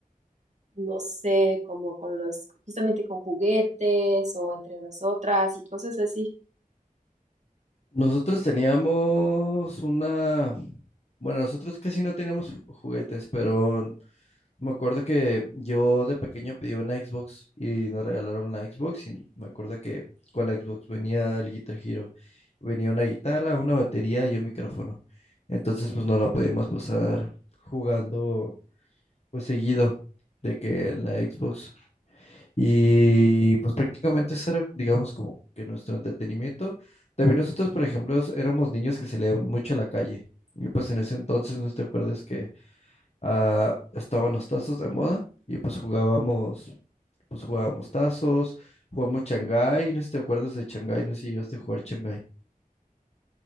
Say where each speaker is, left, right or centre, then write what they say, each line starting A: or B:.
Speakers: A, on the right (about 50°); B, on the left (about 45°).
A: no sé, como con los, justamente con juguetes o entre nosotras y cosas así.
B: Nosotros teníamos una... Bueno, nosotros casi no teníamos ju- juguetes, pero Me acuerdo que yo de pequeño pedí una Xbox y nos regalaron la Xbox y me acuerdo que con la Xbox venía el Guitar Hero, venía una guitarra, una batería y un micrófono. Entonces pues no la podíamos pasar jugando pues seguido de que en la Xbox. Y pues prácticamente eso era, digamos, como que nuestro entretenimiento. También nosotros, por ejemplo, éramos niños que salían mucho a la calle. Y pues en ese entonces, no te acuerdas que ah, estaban los tazos de moda y pues jugábamos, pues jugábamos tazos, jugamos Shanghái, no sé si te acuerdas de Shanghái, no sé si llegaste a jugar Shanghái.